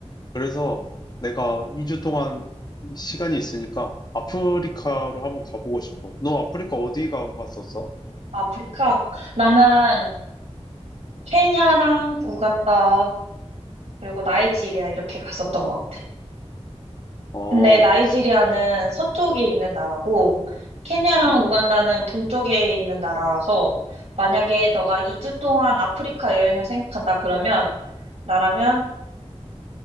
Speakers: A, on the left (about 40°); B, on the right (about 80°).
A: 그래서 내가 2주 동안 시간이 있으니까 아프리카로 한번 가보고 싶어. 너 아프리카 어디 가봤었어?
B: 아프리카? 나는 케냐랑 우간다 그리고 나이지리아 이렇게 갔었던 것 같아.
A: 어,
B: 근데 나이지리아는 서쪽에 있는 나라고 케냐랑
A: 음.
B: 우간다는 동쪽에 있는 나라라서 만약에 너가 2주 동안 아프리카 여행을 생각한다 그러면 나라면